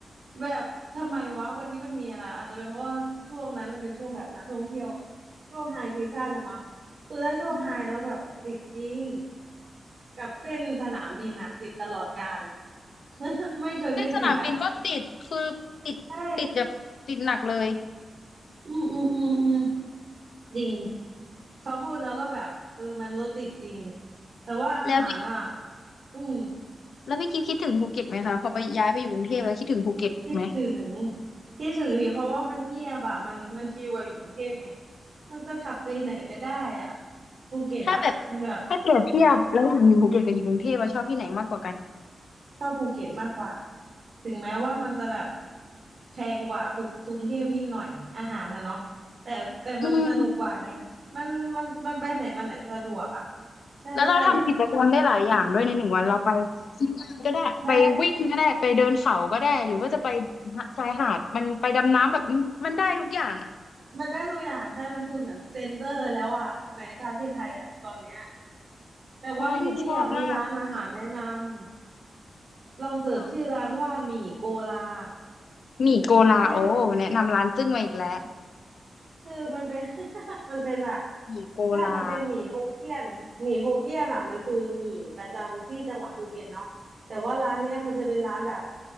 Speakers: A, on the right; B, on the left.
A: แบบทำไมวะวันนี้มันมีอะไรอาจจะเป็นเพราะว่าช่วงนั้นมันเป็นช่วงแบบนักท่องเที่ยวช่วงไฮซีซั่นนะมั้งคือถ้าช่วงไฮแล้วแบบติดจริง
B: อืม
A: กับเส้นสนามบินอะติดตลอดการ <laughs> ไม่เคยไม่ติดอะ
B: เส้นสนามบินก็ติดคือติดติดแบบติดหนักเลย
A: ใช่อืมอืมอืมอืมจริงพอพูดแล้วก็แบบเออมันรถติดจริงแต่ว่าอาหารอ่ะ
B: แล้วพี่
A: อืม
B: แล้วพี่กิฟคิดถึงภูเก็ตไหมคะพอไปย้ายไปอยู่กรุงเทพแล้วคิดถึงภูเก็ตไหม
A: คิดถึงคิดถึงดิเพราะว่ามันเงียบอะมันมันชิลกว่าอยู่กรุงเทพไงมันจะขับไปไหนก็ได้อ่ะภูเก็ตอ่ะมันแบบ
B: ถ้าแบบถ้าเปรียบเทียบแล้วอยู่ภูเก็ตกับอยู่กรุงเทพเราชอบที่ไหนมากกว่ากัน
A: ชอบภูเก็ตมากกว่าถึงแม้ว่ามันจะแบบแพงกว่าภูกรุงเทพนิดหน่อยอาหารนะเนาะแต่แต่มันสนุกกว่าไงมันมันมันไปไหนมาไหนสะดวกอ่ะ
B: อืม
A: ใช่ใช่
B: แล้วเราทำกิจกรรมได้หลายอย่างด้วยในหนึ่งวันเราไปซีปไลนก็ได้
A: ใช่
B: ไปวิ่งก็ได้ ไปเดินเขาก็ได้ หรือว่าจะไปชายหาดมันไปดำน้ำแบบมันมันได้ทุกอย่างอ่ะ
A: มันได้ทุกอย่างใช่มันคือเหมือนเซ็นเตอร์แล้วอ่ะในประเทศไทยอ่ะตอนเนี้ยแต่ว่าพี่มีอยากมีร้านอาหารแนะนำ
B: ใช่หนูชอบมาก
A: ลองเสิร์ชชื่อร้านว่าหมี่โกลา
B: ค่ะ
A: <laughs>
B: หมี่โกลาโอแนะนำร้านจึ้งมาอีกแล้ว
A: แน่นอนคือมันเป็น <laughs> มันเป็นแบบ
B: หมี่โกลา
A: ถ้ามันเป็นหมี่โฮเกี้ยนหมี่โฮเกี้ยนอ่ะมันคือหมี่ประจำที่จังหวัดภูเก็ตเนาะแต่ว่าร้านเนี้ยมันจะเป็นร้านแบบ